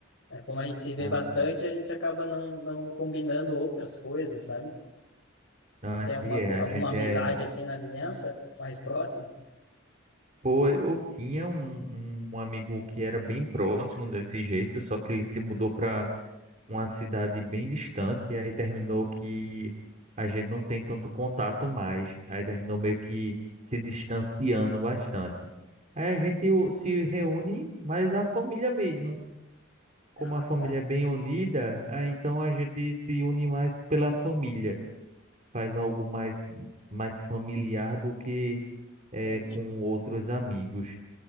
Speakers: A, on the left; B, on the right.
A: É, como a gente se vê
B: Ah,
A: bastante, a gente acaba não, não combinando outras coisas, sabe?
B: ah,
A: Se tem
B: aqui
A: alguma,
B: é,
A: co-
B: a
A: alguma
B: gente
A: amizade
B: é.
A: assim na vizinhança, mais próxima?
B: Pô, eu tinha um, um amigo que era bem próximo desse jeito, só que ele se mudou para uma cidade bem distante, e aí terminou que a gente não tem tanto contato mais. Aí terminou meio que se distanciando bastante. Aí a
A: Uhum.
B: gente o- se reúne, mas a família mesmo. Como
A: Ah,
B: a família
A: tá.
B: é bem unida, aí então a gente se une mais pela família. Faz algo mais, mais familiar do que é,
A: Entendi.
B: com outros amigos.